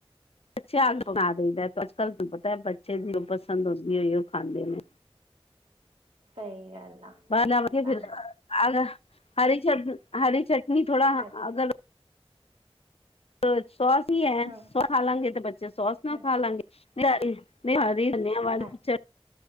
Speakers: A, on the left (about 70°); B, on the right (about 80°).
A: ਬੱਚਿਆਂ
B: ਅੱਛਾ
A: ਨੂੰ ਤਾ ਬਣਾ ਦਈਦਾ ਕੁਛ। ਕੱਲ ਤੂੰ ਪਤਾ ਹੈ ਬਈ ਬੱਚੇ ਦੀ ਉਹ ਪਸੰਦ ਹੁੰਦੀ ਉਈਓ ਖਾਂਦੇ ਨੇ।
B: ਸਹੀ ਗੱਲ ਆ
A: ਬਾਹਰ ਲਿਆ ਵਧੀਆ
B: ਤਾਂ
A: ਫਿਰ,
B: ਹੈ
A: ਆਜਾ। ਹਰੀ ਚੱਟਣੀ, ਹਰੀ ਚੱਟ ਨੀ ਥੋੜਾ
B: ਅੱਛਾ
A: ਅਗਰ ਅਛ ਸੋਸ ਹੀ ਹੈ
B: ਹਮ
A: ਸੋ ਖਾਲਾਂਗੇ ਤੇ ਬੱਚੇ ਸੋਸ ਨਾਲ
B: ਹਮ
A: ਖਾਲਾਂਗੇ ਨਈ ਆਈ ਨੀ ਆਈ ਧਨੀਆ ਵਾਲੀ
B: ਅੱਛਾ
A: ਚੱਟ